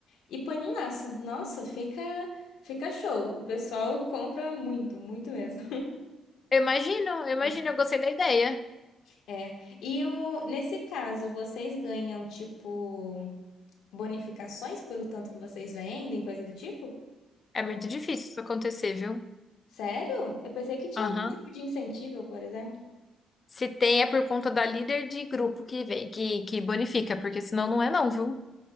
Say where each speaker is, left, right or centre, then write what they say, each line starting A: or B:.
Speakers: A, on the left; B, on the left.
A: E põe um laço. Nossa, fica, fica show. O pessoal compra muito, muito mesmo.
B: Eu imagino,
A: <laughs>
B: eu imagino, eu gostei da ideia.
A: É. E o, nesse caso, vocês ganham, tipo, bonificações pelo tanto que vocês vendem, coisa do tipo?
B: É
A: Ou-
B: muito difícil isso acontecer, viu?
A: Sério? Eu pensei que tinha
B: Aham.
A: algum tipo de incentivo, por exemplo.
B: Se tem, é por conta da líder de grupo que vem, que, que bonifica, porque senão não é não, viu?